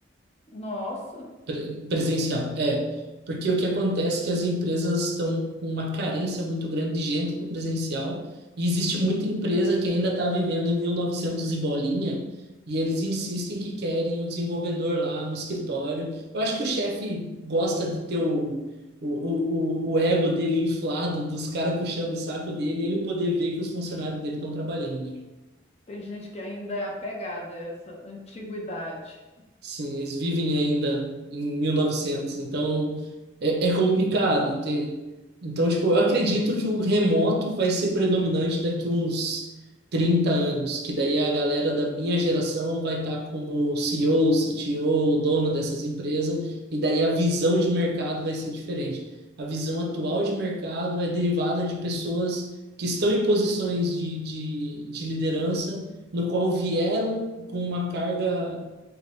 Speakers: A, on the left (about 35°); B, on the right (about 60°).
A: Nossa,
B: Pre- Presencial, é. Porque o que acontece é que as empresas estão com uma carência muito grande de gente para o presencial e existe muita empresa que ainda está vivendo em 1900 e bolinha e eles insistem que querem o desenvolvedor lá no escritório. Eu acho que o chefe gosta de ter o, o, o, o o ego dele inflado, dos caras puxando o saco dele e ele poder ver que os funcionários dele estão trabalhando. né?
A: tem gente que ainda é apegada a essa antiguidade.
B: Sim, eles vivem ainda em mil e novecentos então é, é complicado, entende? Então, tipo, eu
A: É.
B: acredito que o remoto vai ser predominante daqui uns 30 anos, que daí a galera da minha geração vai estar como CEO, CTO, dono dessas empresas, e daí a visão de mercado vai ser diferente. A visão atual de mercado é derivada de pessoas que estão em posições de, de, de liderança, no qual vieram com uma carga